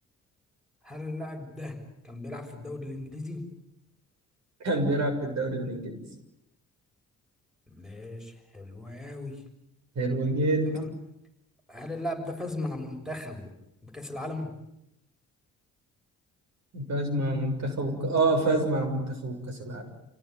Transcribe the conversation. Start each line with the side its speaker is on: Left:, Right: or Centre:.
Centre: هل اللاعب ده كان بيلعب في الدوري الإنجليزي؟
Right: كان بيلعب في الدوري الانجليزي
Centre: مش حلو أوي
Right: حلو جدا
Centre: تمام هل اللاعب ده فاز مع منتخبه بكأس العالم؟
Right: فاز مع منتخب وك... اه فاز مع منتخب كأس العالم